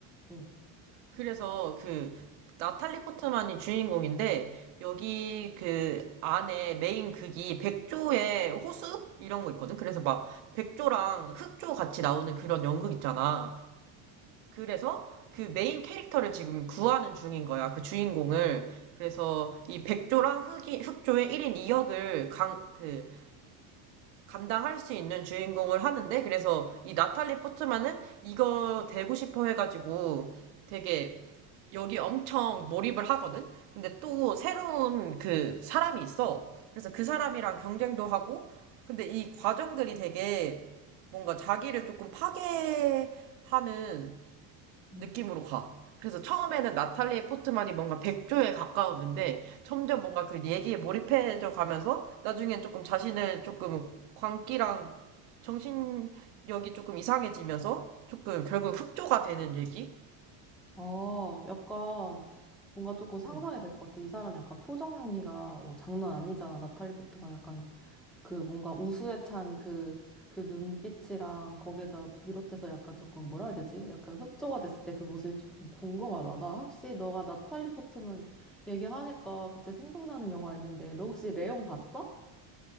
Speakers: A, in the centre; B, on the right.
A: 응,
B: 그래서 그 나탈리 포트만이 주인공인데 여기 그 안에 메인 극이 백조의 호수 이런 거 있거든. 그래서 막 백조랑 흑조 같이 나오는 그런 연극 있잖아. 그래서 그 메인 캐릭터를 지금 구하는 중인 거야. 그 주인공을. 그래서 이 백조랑 흑이 흑조의 1인 2역을 강 그 감당할 수 있는 주인공을 하는데 그래서 이 나탈리 포트만은 이거 되고 싶어 해가지고 되게 여기 엄청 몰입을 하거든? 근데 또 새로운 그 사람이 있어. 그래서 그 사람이랑 경쟁도 하고, 근데 이 과정들이 되게 뭔가 자기를 조금 파괴하는
A: 응.
B: 느낌으로 가. 그래서 처음에는 나탈리 포트만이 뭔가 백조에 가까웠는데, 점점 뭔가 그 얘기에 몰입해져 가면서, 나중엔 조금 자신을 조금 광기랑 정신력이 조금 이상해지면서, 조금 결국 흑조가 되는 얘기?
A: 아, 약간 뭔가 조금 상상이
B: 음.
A: 될 것 같아. 이 사람 약간 표정 연기가 어, 장난 아니잖아. 나탈리 포트만 약간 그 뭔가 우수에 찬 그, 그 눈빛이랑 거기에다 비롯해서 약간 조금 뭐라 해야 되지? 약간 흑조가 됐을 때 그 모습이 조금 궁금하다. 나 혹시 너가 나탈리 포트만 얘기하니까 갑자기 생각나는 영화 있는데 너 혹시 레옹 봤어?